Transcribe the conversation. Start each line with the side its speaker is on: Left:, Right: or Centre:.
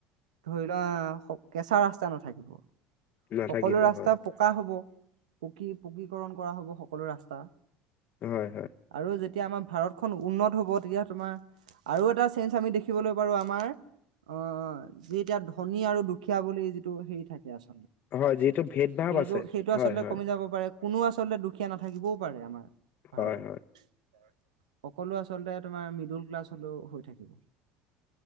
Right: ধৰি লোৱা কেঁচা ৰাস্তা নাথাকিব।
Left: নাথাকিব
Right: সকলো ৰাস্তা
Left: হয়
Right: পকা হ'ব। পকী পকীকৰণ কৰা হ'ব সকলো ৰাস্তা।
Left: হয়। হয়।
Right: আৰু যেতিয়া আমাৰ ভাৰতখন উন্নত হ'ব। তেতিয়া তোমাৰ আৰু এটা চেঞ্জ আমি দেখিবলৈ পাৰো আমাৰ অ', যি এতিয়া ধনী আৰু দুখীয়া বুলি যিটো হেৰি থাকে। আছে।
Left: হয় যিটো ভেদ ভাৱ
Right: সেইটো-সেইটো
Left: আছে
Right: আচলতে
Left: হয় হয়
Right: কমি যাব পাৰে। কোনো আচলতে দুখীয়া নাথাকিবও পাৰে। আমাৰ ভাৰতত
Left: হয় হয়
Right: সকলো আচলতে তোমাৰ মিডল ক্লাছ হলেও হৈ থাকিব।